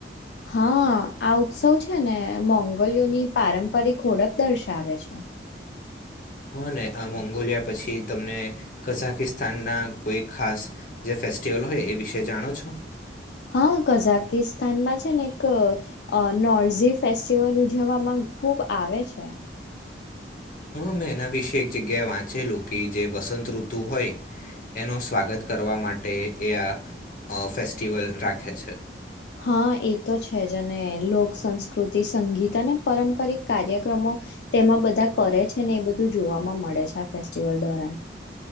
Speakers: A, on the left (about 70°); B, on the left (about 45°).
A: હા આ ઉત્સવ છે ને મોંગલીયોની પારંપરિક હોળખ દર્શાવે છે.
B: હ ને આ મોંગોલિયા પછી તમને કઝાકિસ્તાનના કોઈ ખાસ જે ફેસ્ટિવલ હોય એ વિશે જાણો છો?
A: હા કઝાકિસ્તાનમાં છે ને એક નોર્ઝી ફેસ્ટિવલ ઉજવવામાં ખુબ આવે છે.
B: હા મેં એના વિશે એક જગ્યાએ વાંચેલું કે જે વસંત ઋતુ હોય એનું સ્વાગત કરવા માટે એ આ ફેસ્ટિવલ રાખે છે.
A: હા એ તો છે જ અને લોક સંસ્કૃતિ સંગીત અને પારંપરિક કાર્યક્રમો તેમાં બધા કરે છે ને એ બધું જોવાવામાં મળે છે આ ફેસ્ટિવલ દ્વારાન